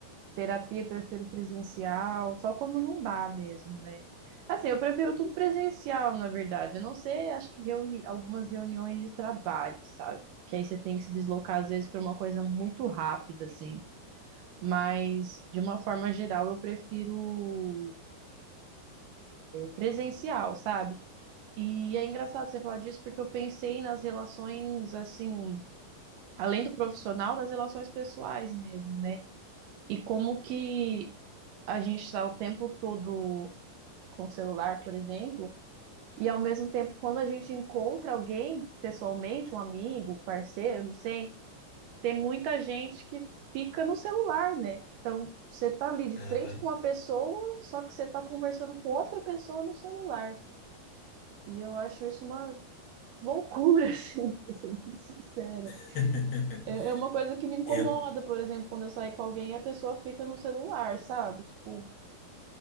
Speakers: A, on the right; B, on the left.
A: Terapia prefiro presencial, só quando não dá mesmo, né? Assim, eu prefiro tudo presencial, na verdade. Eu não sei, acho que reuni algumas reuniões de trabalho, sabe? Que aí você tem que se deslocar às vezes para uma coisa muito rápida, assim. Mas de uma forma geral, eu prefiro presencial, sabe? E é engraçado você falar disso porque eu pensei nas relações assim, além do profissional, das relações pessoais mesmo, né? E como que a gente está o tempo todo com o celular, por exemplo, e ao mesmo tempo, quando a gente encontra alguém pessoalmente, um amigo, um parceiro, não sei, tem muita gente que fica no celular, né? Então, você tá ali de
B: Aham.
A: frente com uma pessoa, só que você tá conversando com outra pessoa no celular. E eu acho isso uma loucura, <laughs> assim, pra ser bem sincera.
B: <laughs>
A: É é uma coisa que me incomoda,
B: É,
A: por exemplo, quando eu saio com alguém e a pessoa fica no celular, sabe? Tipo,